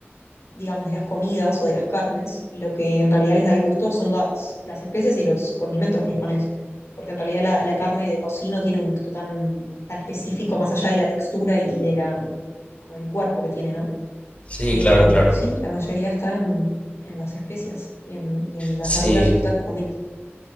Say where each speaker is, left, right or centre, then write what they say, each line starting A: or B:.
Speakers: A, on the left; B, on the left.
A: digamos, de las comidas o de las carnes, lo que en realidad les da el gusto son las, las especias y los condimentos que les pones. Porque en realidad la, la carne de por sí no tiene un gusto tan, tan específico más allá de la textura y, y de la, como el cuerpo que tiene, ¿no?
B: Sí,
A: Pero
B: claro, claro.
A: sí, la mayoría está en, en las especias y en, y en las
B: Sí.
A: verduras y frutas que combinas.